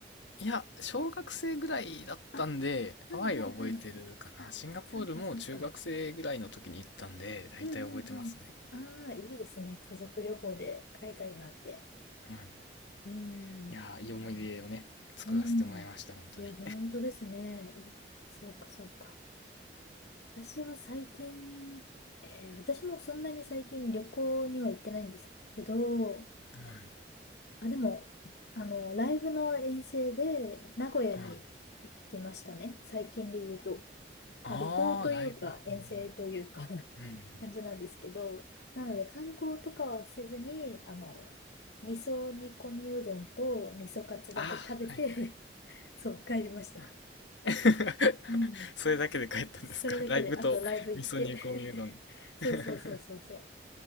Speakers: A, on the left; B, on the left.
A: いや、小学生ぐらいだったんで、
B: あ、はいはいはい。
A: ハワイは覚えてるかな。
B: あ、
A: シンガポールも中学生ぐらいの時に行ったんで、
B: そうかそうか。
A: 大体覚えてますね。
B: うんうんうん。ああ、いいですね。家族旅行で海外なんて。
A: はい。
B: うん。
A: いやー、いい思い出をね、作らせてもらいました、
B: うん。
A: 本当に。
B: いや、本当ですね。いいあそうかそうか。私は最近、えー私もそんなに最近旅行には行ってないんですけど、
A: はい。
B: あ、でも、あの、ライブの遠征で名古屋に行きましたね。
A: はい。
B: 最近で言うと。
A: ああ、
B: まあ旅行というか、
A: ライブ。
B: 遠征というか
A: うん
B: <laughs>
A: うん。うんうん。
B: 感じなんですけど、なので観光とかはせずに、あの、味噌煮込みうどんと味噌カツだけ食べて
A: ああ、はいはい。
B: <laughs> そう、帰りました。
A: <laughs>
B: うん。
A: それだけで帰ったんですか。
B: それだけで、
A: ライブと味噌煮込みうどん。
B: あとライブ行って <laughs> そうそうそうそうそう。
A: <laughs>